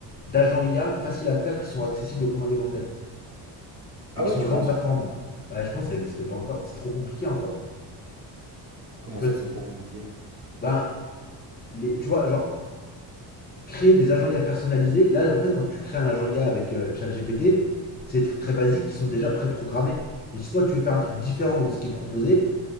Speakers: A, on the left (about 20°); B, on the right (about 30°).
A: d'agents IA facile à faire qui sont accessibles aux commandes des mortels
B: Ah
A: et qui
B: ouais,
A: sont
B: tu
A: vraiment
B: penses?
A: performants. Ouais, je pense que ça n'existe pas encore. C'est trop compliqué encore.
B: Comment
A: Tu
B: ça,
A: vois,
B: c'est trop compliqué?
A: ben, les, tu vois, genre, créer des agents IA personnalisés. Là, en fait, quand tu crées un agent IA avec euh, ChatGPT, c'est des trucs très basiques qui sont déjà préprogrammés. Mais si toi, tu veux faire un truc différent de ce qui est proposé,